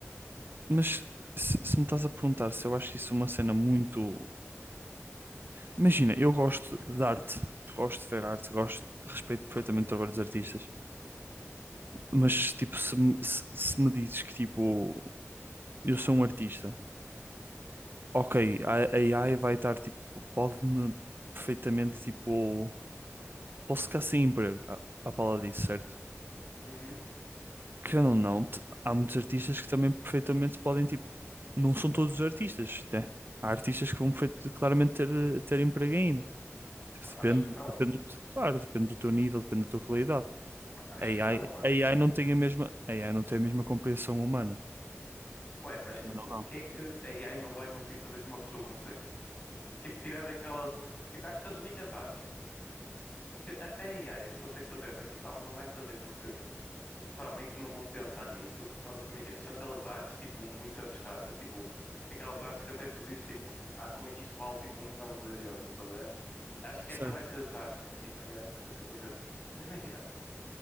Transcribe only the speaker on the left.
uhum.
Acho que não,
acho
que não, mano.
Ué, mas
tipo, o
que é que a AI não vai conseguir fazer que uma pessoa consegue? Tipo, tirando aquelas. tipo, acho que as únicas artes que até a AI consegue fazer, mas tipo, ela não vai fazer porque sabem que não vão pensar nisso, por causa que imagina, são aquelas artes tipo muito abstratas, tipo, aquelas artes que até tu dizes tipo, ah, como é que isto vale tipo um milhão de euros, tá a ver? Acho que
essa vai ser as artes, tipo, a AI não vai conseguir fazer. Mas imagina,